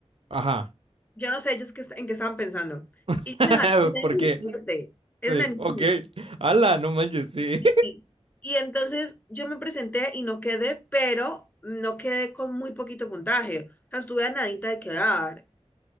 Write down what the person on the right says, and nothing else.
ajá.
<laughs>
¿por
qué
Sí,
ok. Ala, no manches, sí.